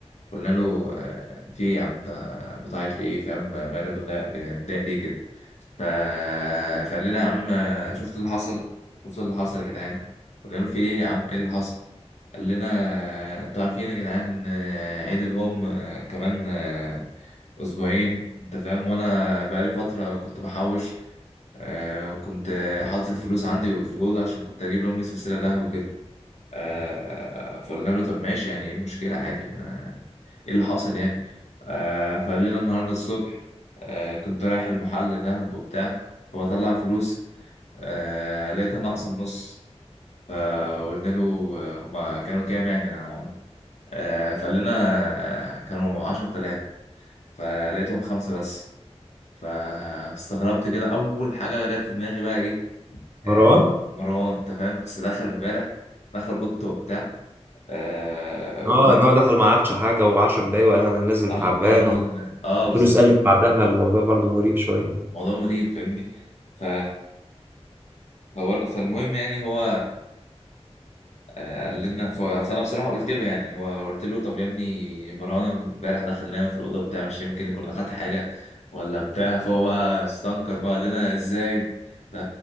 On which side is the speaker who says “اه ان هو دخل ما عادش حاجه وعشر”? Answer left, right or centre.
Right